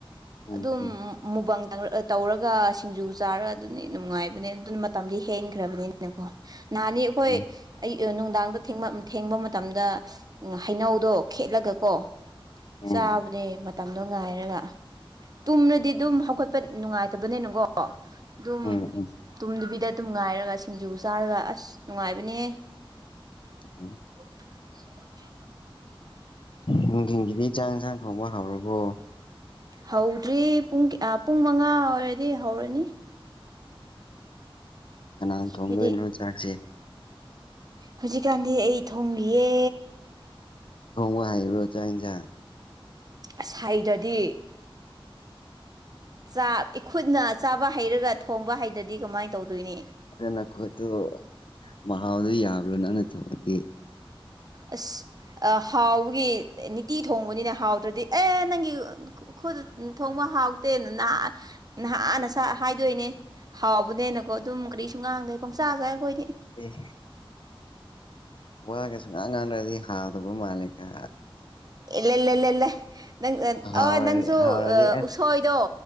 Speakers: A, on the left; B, on the right.
A: ꯎꯝ
B: ꯑꯗꯨꯝ ꯃꯨꯕꯪ ꯇꯧꯔꯒ ꯁꯤꯡꯖꯨ ꯆꯥꯔ ꯑꯗꯨꯅꯤ ꯅꯨꯡꯉꯥꯏꯕꯅꯦ ꯑꯗꯨꯅ ꯃꯇꯝꯗꯤ ꯍꯦꯟꯈ꯭ꯔꯕꯅꯤ ꯅꯍꯥꯟꯅꯤ ꯑꯩꯈꯣꯏ
A: ꯎꯝ
B: ꯑꯩ ꯅꯨꯡꯗꯥꯡꯗ ꯊꯦꯡꯕ ꯃꯇꯝꯗ ꯎ ꯍꯩꯅꯧꯗꯣ ꯈꯦꯠꯂꯒꯀꯣ
A: ꯎꯝ
B: ꯆꯥꯕꯅꯦ ꯃꯇꯝꯗꯣ ꯉꯥꯏꯔꯒ ꯇꯨꯝꯅꯗꯤ ꯑꯗꯨꯝ ꯍꯧꯒꯠꯄ ꯅꯨꯡꯉꯥꯏꯇꯕꯅꯦꯅꯀꯣ ꯑꯗꯨꯝ
A: ꯎꯝ ꯎꯝ ꯎꯝ
B: ꯇꯨꯝꯗꯨꯕꯤꯗ ꯑꯗꯨꯝ ꯉꯥꯏꯔꯒ ꯁꯤꯡꯖꯨ ꯆꯥꯔꯒ ꯑꯁ ꯅꯨꯡꯉꯥꯏꯕꯅꯦꯍꯦ
A: ꯎꯝ
B: <inaudible>
A: ꯅꯨꯡꯊꯤꯟꯒꯤꯗꯤ ꯆꯥꯡ ꯏꯟꯁꯥꯡ ꯊꯣꯡꯕ ꯍꯧꯔꯕꯣ
B: ꯍꯧꯗ꯭ꯔꯤ ꯄꯨꯡ ꯄꯨꯡ ꯃꯉꯥ ꯑꯣꯏꯔꯗꯤ ꯍꯧꯔꯅꯤ
A: ꯀꯅꯥꯟ
B: ꯑꯩꯈꯣꯏꯗꯤ
A: ꯊꯣꯡꯂꯣꯏꯅꯣ ꯆꯥꯛꯁꯦ
B: ꯍꯧꯖꯤꯛꯀꯥꯟꯗꯤ ꯑꯩ ꯊꯣꯡꯂꯤꯌꯦ
A: ꯊꯣꯡꯉꯣ ꯍꯥꯏꯔꯤꯕ꯭ꯔꯣ ꯆꯥꯛ ꯌꯦꯟꯁꯥꯡ
B: ꯑꯁ ꯍꯩꯇ꯭ꯔꯗꯤ ꯆꯥꯛ ꯏꯈꯨꯠꯅ ꯑꯆꯥꯥꯕ ꯍꯩꯔꯒ ꯊꯣꯡꯕ ꯍꯩꯗꯗꯤ ꯀꯃꯥꯏꯅ ꯇꯧꯗꯣꯏꯅꯤ
A: ꯑꯗꯨ ꯅꯈꯣꯠꯇꯨ ꯃꯍꯥꯎꯗꯣ ꯌꯥꯕ꯭ꯔꯣ ꯅꯪꯅ ꯊꯣꯡꯗꯗꯤ
B: ꯑꯁ ꯍꯥꯎꯕꯒꯤ ꯅꯤꯇꯤ ꯊꯣꯡꯕꯅꯤꯅ ꯍꯥꯎꯗ꯭ꯔꯗꯤ ꯑꯦ ꯅꯪꯒꯤ ꯈꯨꯗ ꯊꯣꯡꯕ ꯍꯥꯎꯇꯦꯅ ꯅꯍ ꯅꯍꯥꯟꯅ ꯍꯥꯏꯗꯣꯏꯅꯦ ꯍꯥꯎꯕꯅꯦꯅꯀꯣ ꯑꯗꯨꯝ ꯀꯔꯤꯁꯨ ꯉꯥꯡꯗ꯭ꯔꯦ ꯄꯪꯆꯥꯁꯥꯏ ꯑꯩꯈꯣꯏꯗꯤ
A: ꯎꯝ ꯋꯥꯒꯁꯨ ꯉꯥꯡ ꯉꯥꯡꯗ꯭ꯔꯗꯤ ꯍꯥꯎꯗꯕ ꯃꯥꯜꯂꯦꯒ
B: ꯂꯦꯂꯦ ꯂꯦꯂꯦ ꯅꯪ
A: ꯍꯥꯎꯔꯗꯤ
B: ꯑ ꯅꯪꯁꯨ
A: ꯍꯥꯎꯔꯗꯤ ꯑꯁ
B: ꯎꯁꯣꯏꯗꯣ